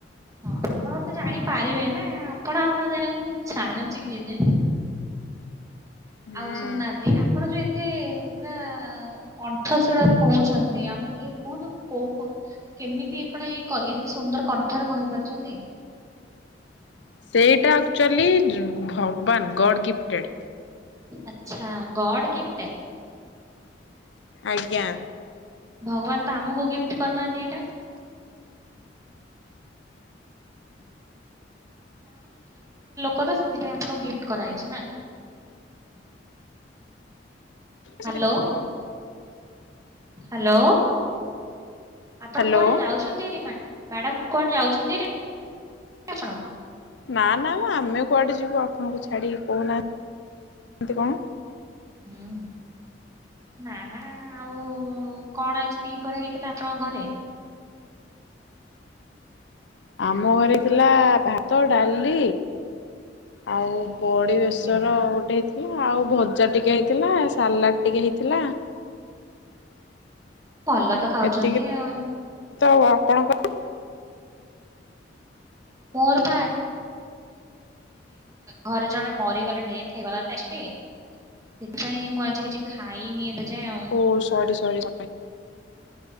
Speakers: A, on the right; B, on the left.
A: ହଁ ଆପଣ ତ ଜାଣିପାରିବେ ନା ଆପଣ ଆଉ ନ ଜାଣ ଜାଣୁଛି କିଏ ଯେ?
B: ହୁଁ।
A: ଆଉ ଶୁଣନାହାନ୍ତି ଆପଣ ଯୋ ଏ ଏତେ ପୁରା କଣ୍ଠଶିଳରେ କହୁଛନ୍ତି ଆମକୁ ଟିକେ କୁହନ୍ତୁ କୋଉ କେମିତି ଏପଣ ଏଇ ଏତେ ସୁନ୍ଦର କ ଠରେ କହିପାରୁଛନ୍ତି।
B: ସେଇଟା ଆକ୍ଚୁଆଲି ଭଗବାନ ଗଡ଼ ଗିଫ୍ଟେଡ଼।
A: ଆଚ୍ଛା ଗଡ ଗିଫ୍ଟେଡ଼୍।
B: ଆଜ୍ଞା।
A: ଭଗବାନ ତ ଆମକୁ ଗିଫ୍ଟ କରନାହାନ୍ତିି ଏଇଟା। କଥା ସେଥିପାଇଁ ଆପଣଙ୍କୁ ଗିଫ୍ଟ କରାହେଇଛି ନା। ହ୍ୟାଲୋ
B: ସେ ଲୋକ
A: ହ୍ୟାଲୋ।
B: ହ୍ୟାଲୋ
A: ଆପଣ କୁଆଡେ଼ ଯାଉଛନ୍ତି ହେରି ମ୍ୟାଡ଼ାମ୍? ମ୍ୟାଡାମ କୁଆଡ଼େ ଯାଉଛନ୍ତି ଆପଣ?
B: ନା ନା ଆମେ କୁଆଡେ ଯିବୁ ଆପଣଙ୍କୁ ଛାଡି଼କି କହୁନାହାନ୍ତି? କେମିତି କ
A: ହୁଁ ନା ନା ଆଉ କଣ ଆଜି ଦିପହରେ ହେଇଥିଲା ଆପଣଙ୍କ ଘରେ?
B: ଆମ ଘରେ ଥିଲା ଭାତ ଡାଲି ଆଉ ବଡି ବେଶର
A: ଆଜ୍ଞା
B: ଗୋଟେ ହେଇଥିଲା ଆଉ ଭ ଜା ଟିକେ ହେଇଥିଲା ସାଲାଡ଼୍ ଟିକେ ହେଇଥିଲା।
A: ଭଲ ତ ଖାଉଛନ୍ତି
B: ଏତିକି
A: ଆଉ।
B: ତ ଆଉ ଆପଣ କଣ?
A: ମୋର ପା ଘରେ ଜଣେ ମରିଗଲେ ଡେଥ୍ ହେଇଗଲା ସେଥିପାଇଁ ମୁଁ ଆଜି କିଛି ଖାଇନି ଏବେ ଯାଏ ଆଉ
B: ଓ ସରି ସରି